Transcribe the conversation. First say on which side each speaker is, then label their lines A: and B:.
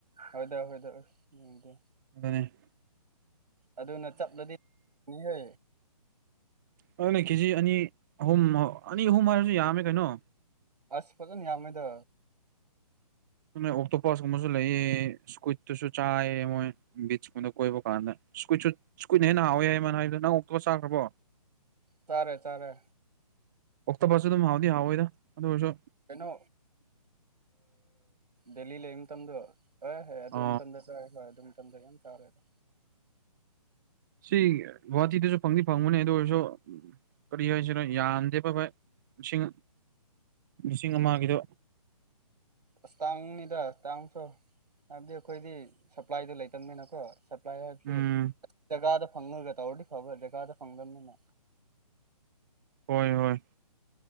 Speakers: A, on the right; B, on the right.
A: ꯍꯣꯏꯗ ꯍꯣꯏꯗ ꯎꯗꯤ
B: ꯅꯦ
A: ꯑꯗꯨꯅ ꯆꯞꯂꯗꯤꯅꯤꯍꯦ
B: ꯑꯗꯨꯅꯦ ꯀꯦꯖꯤ ꯑꯅꯤ ꯑꯍꯨꯝ ꯑꯅꯤ ꯑꯍꯨꯝ ꯍꯥꯏꯔꯁꯨ ꯌꯥꯝꯝꯃꯦ ꯀꯩꯅꯣ
A: ꯑꯁ ꯄꯖꯅꯤ ꯌꯥꯝꯗ
B: ꯅ ꯑꯣꯛꯇꯣꯄꯁ ꯀꯨꯝꯕꯁꯨ ꯂꯩꯌꯦ ꯁꯀꯨꯠꯇꯨꯁꯨ ꯆꯥꯏ ꯃꯣꯏ ꯕꯤꯠꯆꯀꯨꯝꯕꯗ ꯀꯣꯏꯕ ꯀꯥꯟꯗ ꯁ꯭ꯀꯨꯏꯁꯨ ꯁ꯭ꯀꯨꯠꯅ ꯍꯦ ꯍꯥꯎꯋꯦ ꯍꯥꯏ ꯃ ꯍꯥꯏꯗ ꯅꯪꯨꯛꯇꯒ ꯆꯥꯈ꯭ꯔꯕꯣ
A: ꯇꯥꯔꯦ ꯇꯥꯔꯦ
B: ꯑꯣꯛꯇꯣꯕꯔꯁꯨ ꯑꯗꯨꯝ ꯍꯥꯎꯗꯤ ꯍꯥꯎꯑꯣꯗ ꯑꯗꯨ ꯑꯣꯏꯔꯁꯨ
A: ꯀꯩꯅꯣ ꯗꯦꯜꯂꯤ ꯂꯩ ꯃꯇꯝꯗ ꯍꯣꯏ ꯍꯣꯏ ꯑꯗꯨꯝꯇꯗ
B: ꯑ
A: ꯆꯥꯛꯔꯦ ꯍꯣꯏ ꯑꯗꯨꯝ ꯃꯇꯝꯗ ꯌꯥꯝ ꯇꯥꯎꯔꯦꯗ
B: ꯁꯤ ꯒꯨꯍꯥꯇꯤꯗꯁꯨ ꯐꯪꯗꯤ ꯐꯪꯕꯅꯦ ꯑꯗꯨ ꯑꯣꯏꯔꯁꯨ ꯀꯔꯤ ꯍꯥꯏꯁꯤꯅꯣ ꯌꯥꯝꯗꯦꯕꯚꯚꯥꯏ ꯂꯤꯁꯤꯡ ꯂꯤꯁꯤꯡ
A: ꯎꯝ
B: ꯑꯃꯒꯤꯗ
A: ꯑꯁ ꯇꯥꯡꯅꯤꯗ ꯇꯥꯡꯁꯨꯣ ꯍꯥꯏꯕꯗꯤ ꯑꯩꯈꯣꯏꯗꯤ ꯁꯄ꯭ꯂꯥꯏꯗ ꯂꯩꯇꯕꯅꯤꯅꯀꯣ ꯁꯄ꯭ꯂꯥꯏ ꯍꯥꯏ
B: ꯎꯝ
A: ꯇꯒ ꯐꯪꯉꯒ ꯇꯧꯔꯗꯤ ꯐꯕ ꯂꯩꯖꯀꯥꯗ ꯐꯪꯗꯕꯅꯤꯅ
B: ꯍꯣꯏ ꯍꯣꯏ